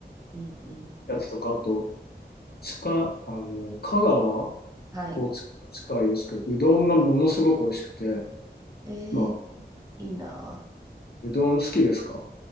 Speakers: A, on the right (about 20°); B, on the left (about 65°).
A: うん。うん
B: やつとか、あと、近、あの、香川、
A: はい。
B: 高知から近いですけど、うどんがものすごく美味しくて、
A: えー、
B: まあ、
A: いいな
B: うどん好きですか